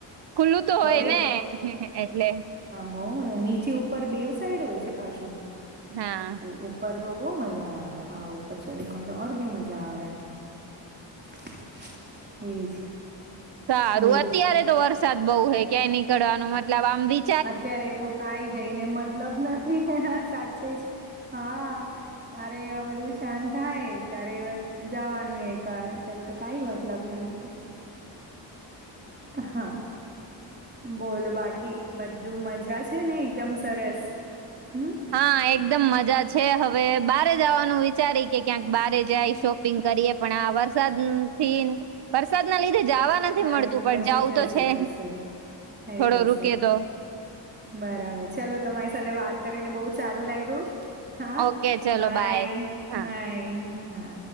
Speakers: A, on the right; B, on the right.
A: ખુલ્લું તો
B: અરે
A: હોય ને હ હ એટલે
B: બહુને નીચે ઉપર બેવ સાઈડ હોય છે પાછો
A: હા
B: તો ઉપર તો બહુ મજા આવે હા ઉપર ચડી ને તો ઓર બી મજા આવે ત્રી જ
A: સારું
B: બોલો
A: અત્યારે તો વરસાદ બહુ હે ક્યાંય નીકળવાનું મતલબ આમ બી
B: અત્યારે તો કઈ જઈને મતલબ નથી સાચે જ હા ત્યારે એવા બધું શાંત થાય ત્યારે એવા જવાનું એકવાર અત્યારે તો કઈ મતલબ નથી હા બોલો બાકી બધું મજા છે ને એકદમ સરસ હમ
A: હા એકદમ મજા છે હવે બારે જવાનું વિચારી કે ક્યાંક બારે જાય શોપિંગ કરીએ પણ આ વરસાદ થી વરસાદ ના લીધે જવા નથી
B: હા
A: મળતું
B: એ તો
A: પણ
B: પછી
A: જઉ
B: થશે
A: તો છે
B: થશે થઈ
A: થોડો
B: જશે
A: રૂકે તો
B: બરાબર ચલો તમારી સાથે વાત કરીને બહુ સારું લાયગું હા
A: ઓકે ચલો
B: બાય
A: હા
B: બાય હા